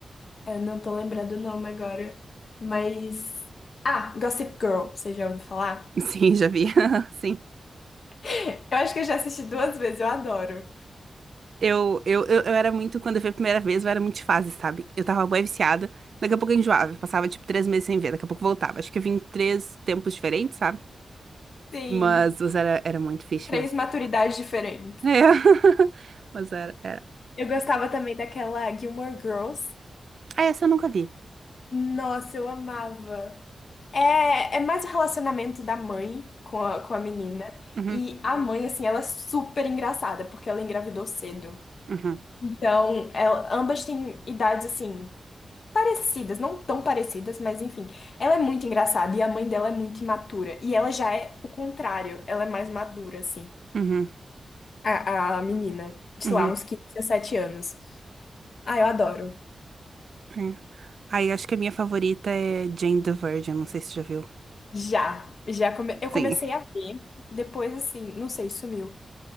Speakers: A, on the left; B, on the right.
A: Eu não tô lembrando o nome agora, mas. Ah, Gossip Girl, você já ouviu falar?
B: <laughs> Sim, já vi. <laughs> Sim.
A: <laughs> Eu acho que eu já assisti duas vezes, eu adoro.
B: Eu, eu, eu, eu era muito, quando eu vi a primeira vez, eu era muito de fase, sabe? Eu tava bem viciada, daqui a pouco eu enjoava, eu passava tipo três meses sem ver, daqui a pouco voltava. Acho que eu vim em três tempos diferentes, sabe?
A: Sim,
B: Mas, mas era, era muito fixe
A: três
B: mesmo.
A: maturidades diferentes.
B: É, <laughs> mas era, era.
A: Eu gostava também daquela Gilmore Girls.
B: Ah, essa eu nunca vi.
A: Nossa, eu amava. É, é mais o relacionamento da mãe com a, com a menina.
B: Uhum,
A: E a mãe, assim, ela é super engraçada, porque ela engravidou cedo.
B: uhum,
A: Então, ela- ambas têm idades, assim, parecidas. Não tão parecidas, mas enfim. Ela é muito engraçada e a mãe dela é muito imatura. E ela já é o contrário. Ela é mais madura, assim,
B: uhum,
A: a, a menina. De,
B: uhum,
A: sei lá, uns 15, 17 anos. Ah, eu adoro.
B: uhum. Aí acho que a minha favorita é Jane the Virgin, não sei se você já viu.
A: Já, já come... eu
B: Sim.
A: comecei a ver, depois assim, não sei, sumiu.